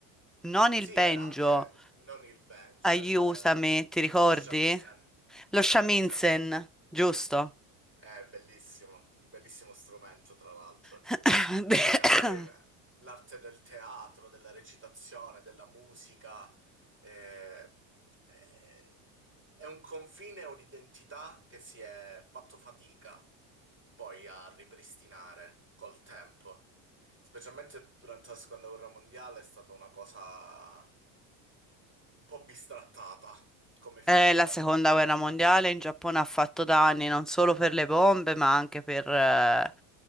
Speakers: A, in the centre; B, on the right.
A: non
B: Sì,
A: il banjo,
B: era anche non il banjo,
A: aiutami,
B: il, ehm,
A: ti ricordi?
B: lo shamisen.
A: Lo
B: Shamisen
A: shamisen, giusto?
B: è bellissimo, un bellissimo strumento tra l'altro.
A: <coughs>
B: Sì, ma poi era l'arte del teatro, della recitazione, della musica, eh, eh, è un confine o un'identità che si è fatto fatica poi a ripristinare col tempo. Specialmente durante la seconda guerra mondiale è stata una cosa un po' bistrattata come figura.
A: Eh, la seconda guerra mondiale in Giappone ha fatto danni non solo per le bombe, ma anche per eh,